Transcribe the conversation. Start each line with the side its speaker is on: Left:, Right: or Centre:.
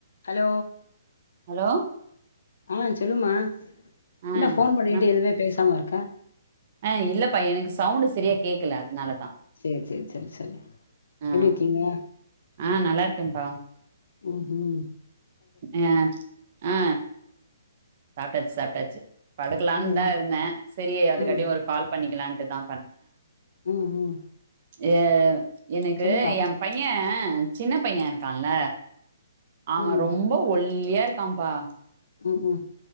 Left: ஹலோ
Right: ஹலோ
Left: ஆ சொல்லுமா
Right: ஆ
Left: என்ன ஃபோன் பண்ணிட்டு
Right: நம்
Left: எதுமே பேசாம இருக்க
Right: ஆ இல்லப்பா எனக்கு சவுண்ட் சரியா கேக்கல அதனாலதா
Left: சேரி சேரி சேரி சேரி
Right: ஆ
Left: எப்டி இருக்கீங்க
Right: ஆ நல்லா இருக்கேன்பா
Left: உஹும்
Right: ஏ ஆ சாப்டாச்சு சாப்டாச்சு படுக்கலான்னுந்தா
Left: ம்
Right: இருந்த செரி அதுக்காட்டியு
Left: ம்
Right: ஒரு கால் பண்ணிக்கலான்ட்டுதா
Left: ம் ம்
Right: எ எனக்கு
Left: சொல்லுப்பா
Right: என் பைய சின்ன பைய இருக்கான்ல்ல அவன்
Left: ம்
Right: ரொம்ப ஒல்லியா இருக்கான்ப்பா
Left: ம்ஹும்